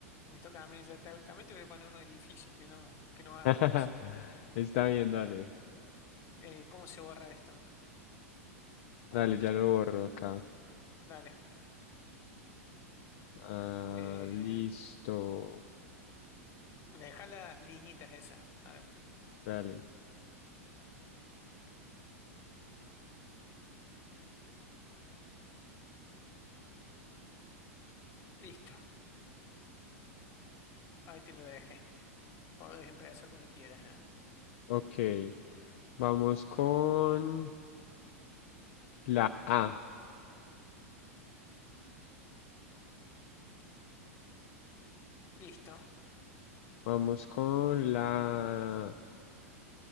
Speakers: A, on the left (about 35°); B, on the left (about 50°).
A: me toca a mí. ya te- también te voy a poner uno difícil que no, que no vas
B: <laughs>
A: a conocer.
B: Está bien, dale.
A: Eh, ¿cómo se borra esto? A
B: Dale,
A: ver,
B: ya lo borro acá.
A: dale.
B: Ah,
A: Eh,
B: listo.
A: deja las liñitas esas. A ver,
B: Dale.
A: listo. Ahí te lo dejé. Podés empezar cuando quieras, ¿eh?
B: Ok. Vamos con la A.
A: Listo.
B: Vamos con la...